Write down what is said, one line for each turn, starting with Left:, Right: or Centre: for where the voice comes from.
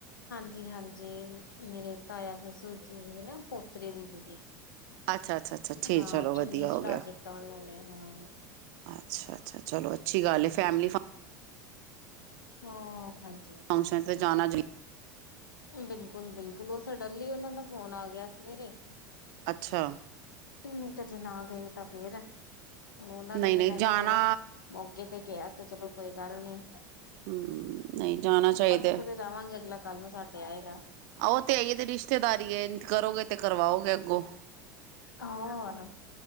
Left: ਜੀ ਹਾਂਜੀ, ਮੇਰੇ ਤਾਇਆ ਸਸੁਰ ਜੀ ਦੇ ਨਾ ਪੋਤਰੇ ਦੇ ਸੀਗੇ।
Right: ਅੱਛਾ ਅੱਛਾ ਅੱਛਾ ਠੀਕ
Left: ਹਾਂ
Right: ਚਲੋ
Left: ਚੁੰਨੀ
Right: ਵਧੀਆ
Left: ਚੜਾ
Right: ਹੋ ਗਿਆ
Left: ਕੀਤਾ ਉਹਨਾਂ ਨੇ ਹਾਂ।
Right: ਅੱਛਾ- ਅੱਛਾ! ਚਲੋ ਅੱਛੀ ਗੱਲ ਏ ਫੈਮਲੀ ਫੰ
Left: ਹਾਂ, ਹਾਂਜੀ।
Right: ਫੰਕਸ਼ਨ ਤੇ ਜਾਣਾ ਜੇ।
Left: ਬਿਲਕੁਲ -ਬਿਲਕੁਲ, ਉਹ ਸਡਨਲੀ ਉਹਨਾਂ ਦਾ ਫੋਨ ਆ ਗਿਆ ਸੀ।
Right: ਅੱਛਾ।
Left: ਤੇ ਨਹੀਂ ਤਾਂ ਜੇ ਨਾ ਗਏ ਤਾਂ ਫੇਰ। ਉਹਨਾਂ ਨੇ
Right: ਨਹੀਂ
Left: ਤੇ
Right: ਨਹੀਂ
Left: ਮੈਂ
Right: ਜਾਣਾ
Left: ਕਿਹਾ ਚਲੋ ਮੌਕੇ ਤੇ ਕਿਹਾ ਤੇ ਚਲੋ ਕੋਈ ਗੱਲ ਨਹੀਂ।
Right: ਹੂ, ਨਹੀਂ ਜਾਣਾ ਚਾਹੀਦਾ।
Left: ਕਿਸੇ ਦੇ ਜਾਵਾਂਗੇ ਅਗਲਾ ਕੱਲ ਨੂੰ ਸਾਡੇ ਆਏਗਾ
Right: ਆਹੋ ਤੇ ਹੈ ਇਏ ਤੇ ਰਿਸ਼ਤੇਦਾਰੀ ਕਰੋਗੇ ਤੇ ਕਰਵਾਓਗੇ ਅੱਗੋਂ।
Left: ਹੋਰ